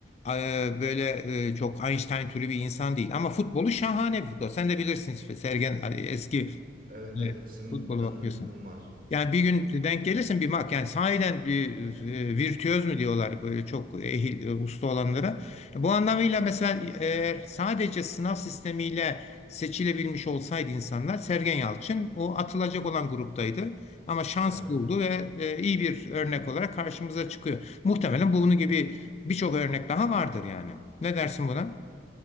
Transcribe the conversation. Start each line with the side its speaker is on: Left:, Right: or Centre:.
Left: e, böyle e, çok Einstein türü bir insan değil. Ama futbolu şahane bir futbol. Sen de bilirsin Sergen hani eski
Right: Evet
Left: e,
Right: evet isim
Left: futbolu
Right: tanıdıklığım
Left: bakıyorsun.
Right: var.
Left: Yani bir gün denk gelirsin bir mak yani sahiden bir e, virtüöz mü diyorlar böyle çok ehil e, usta olanlara. Bu anlamıyla mesela eğer sadece sınav sistemiyle seçilebilmiş olsaydı insanlar Sergen Yalçın o atılacak olan gruptaydı. Ama şans
Right: Evet.
Left: buldu ve e, iyi bir örnek olarak karşımıza çıkıyor. Muhtemelen bunun gibi birçok örnek daha vardır yani. Ne dersin buna?